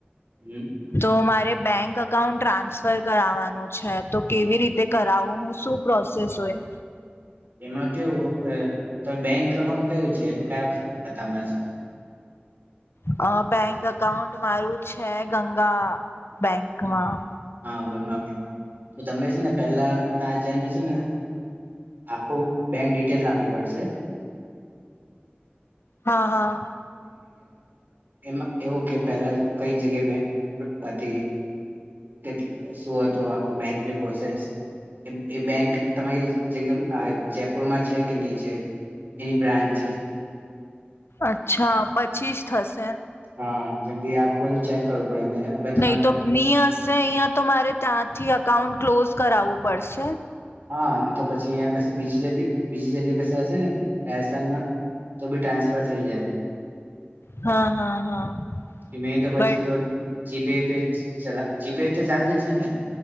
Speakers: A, on the right (about 50°); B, on the left (about 80°).
A: હમ
B: તો મારે બૅન્ક અકાઉન્ટ ટ્રાન્સફર કરાવવાનું છૈ તો કેવી રીતે કરાવું હું સું પ્રોસેસ હોય?
A: એમાં કેવુ અ તો બેંક અકાઉન્ટ કયું છે કયા ખા ખાતામાં છે?
B: અ બૅન્ક અકાઉન્ટ મારું છે ગંગા બૅન્કમાં.
A: હા ગરમા ભી તો તમે છે ને પહેલા ત્યાં જઈને છે ને આખું બેંક ડિટેલ આપવી પડસે
B: હા હા
A: એમાં એવું કે પહેલા કઈ જગ્યા બૅન્ક હતી કે સું હતું આખું બેંકની પ્રોસેસ એ બેંક તમારી જગ્યા આ જયપુરમાં છે કે નહી છે એની બ્રાન્ચ
B: અચ્છા પ છીશ ઠસ
A: હા ચંગી આખું બધું ચેક કરવું પડે અને અગર
B: નહી
A: તમારે
B: તો નીઅસ જે અહિયાં તો મારે ત્યાંથી અકાઉન્ટ ક્લોઝ કરાવવું પડશે.
A: હા ની તો પછી અહીંયા કસી બીજી જગ બીજી જગ્યા કસે હસે ને રાજસ્થાનમાં તો બી ટ્રાન્સફર થઈ જાય.
B: હા હા હા
A: એ મેન તો પછી
B: બટ
A: તો જીપે પે ચલા જીપે તો ચાલતું છે ને?